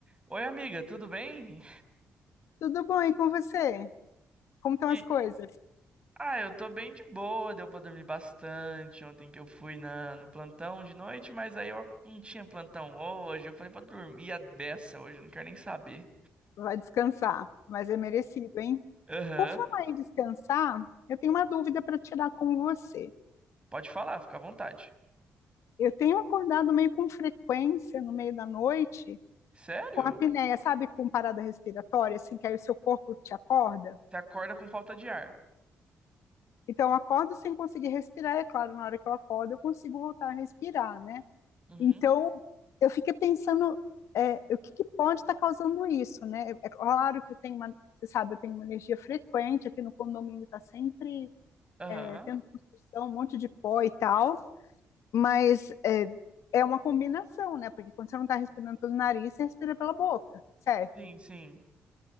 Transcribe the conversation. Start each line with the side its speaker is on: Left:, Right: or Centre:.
Right: Oi, amiga, tudo bem?
Left: Tudo bom, e com você? Como estão as
Right: E-
Left: coisas?
Right: Ah, eu tô bem de boa, deu pra dormir bastante ontem que eu fui na, no plantão de noite, mas aí eu não tinha plantão hoje, eu falei pra dormir a beça hoje, eu não quero nem saber.
Left: Vai descansar, mas é merecido, hein?
Right: Aham,
Left: Por falar em descansar, eu tenho uma dúvida para tirar com você.
Right: pode falar, fica à vontade.
Left: Eu tenho acordado meio com frequência no meio da noite
Right: Sério?
Left: com apneia, sabe, com parada respiratória, assim que aí o seu corpo te acorda.
Right: Você acorda com falta de ar?
Left: Então, eu acordo sem conseguir respirar, é claro, na hora que eu acordo eu consigo voltar a respirar, né?
Right: Uhum,
Left: Então, eu fiquei pensando, é, o que, que pode estar causando isso, né? É é claro que eu tenho uma, você sabe, eu tenho uma energia frequente aqui no condomínio, está sempre
Right: aham,
Left: é, tendo construção, um monte de pó e tal, mas é, é uma combinação, né? Porque quando você não está respirando pelo nariz, você respira pela boca, certo?
Right: sim, sim.